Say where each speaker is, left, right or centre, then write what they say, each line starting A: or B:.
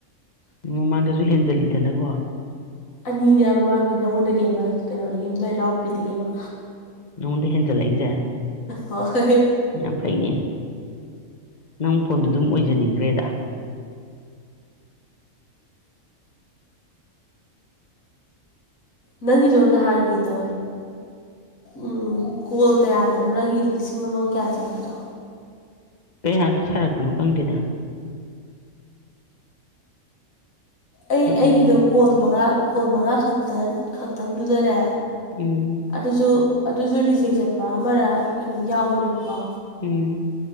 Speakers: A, on the left; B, on the left.
A: ꯃꯃꯥꯡꯗꯁꯨ ꯍꯦꯟꯖꯜꯂꯤꯗꯅꯀꯣ
B: ꯑꯅꯤꯅꯦ ꯃꯃꯥꯡꯒꯤ ꯅꯉꯣꯟꯗꯒꯤ ꯑꯃ ꯀꯩꯅꯣꯗꯒꯤ ꯅꯣꯏ ꯏꯅꯥꯎꯄꯤꯗꯒꯤ ꯑꯃ
A: ꯅꯉꯣꯟꯗ ꯍꯦꯟꯖꯜꯂꯛꯏꯁꯦ
B: ꯍꯣꯏ
A: ꯌꯥꯝ ꯐꯩꯅꯦ ꯅꯪ ꯐꯣꯟꯗꯨꯗꯨꯝ ꯑꯣꯏꯖꯅꯤꯡꯒ꯭ꯔꯦꯗꯥ
B: ꯅꯪꯒꯤꯗꯣ ꯅꯍꯥꯟꯒꯤꯗꯣ ꯎꯝ ꯀꯣꯜ ꯀꯌꯥꯗꯅꯣ ꯅꯪꯒꯤ ꯂꯤꯁꯤꯡ ꯑꯃꯒ ꯀꯌꯥ ꯆꯪꯉꯛꯄꯗꯣ
A: ꯀꯩꯌꯥꯗ ꯁꯥꯔꯛꯄꯅꯣ ꯈꯪꯗꯦꯗ
B: ꯑꯩ
A: ꯍꯣꯏ ꯑꯗꯨ
B: ꯑꯩꯒꯤꯗꯣ ꯀꯣꯜ ꯃꯉꯥ ꯀꯣꯜ ꯃꯉꯥ ꯈꯛꯇ ꯈꯛꯇꯪꯗꯨꯗꯅꯦ
A: ꯎꯝ
B: ꯑꯗꯨꯖꯨ ꯑꯗꯨꯖꯨ ꯔꯤꯖꯦꯛ ꯆꯠꯄ ꯑꯃꯔ ꯀꯩꯅꯣꯝ ꯌꯥꯎꯕꯅꯦꯕꯀꯣ
A: ꯎꯝ